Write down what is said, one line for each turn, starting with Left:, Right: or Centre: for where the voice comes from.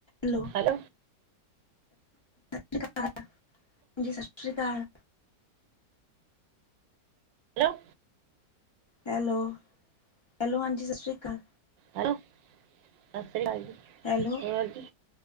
Left: Hello
Right: hello.
Left: <unintelligible> ਹਾਂਜੀ ਸਸ ਸ਼੍ਰੀ ਕਾਲ।
Right: ਹੈਲੋ।
Left: ਹੈਲੋ-ਹੈਲੋ, ਹਾਂਜੀ ਸਸ ਸ਼੍ਰੀ ਕਾਲ।
Right: ਹੈਲੋ ਸੱਸਰੀਕਾਲ ਜੀ।
Left: ਹੈਲੋ,
Right: ਹੋਰ ਜੀ